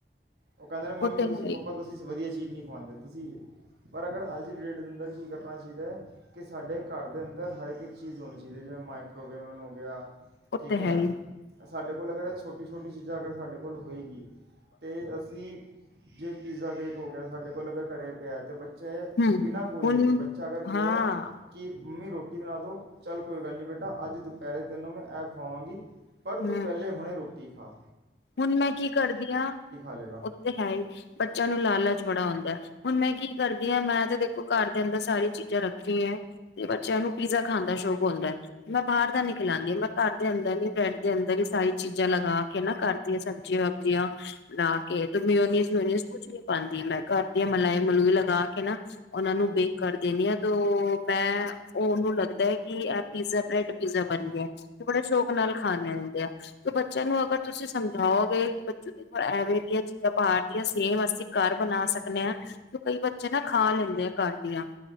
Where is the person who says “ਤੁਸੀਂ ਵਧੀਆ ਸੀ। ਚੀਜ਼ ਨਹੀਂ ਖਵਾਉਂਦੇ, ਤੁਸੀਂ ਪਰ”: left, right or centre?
Right